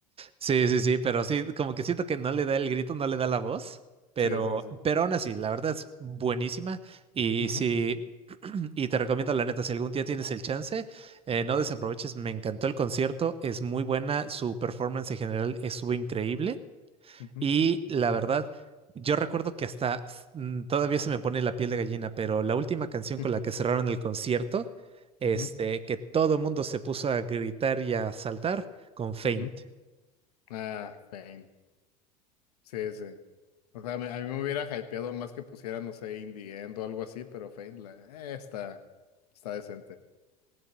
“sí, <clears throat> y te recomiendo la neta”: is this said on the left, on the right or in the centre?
Right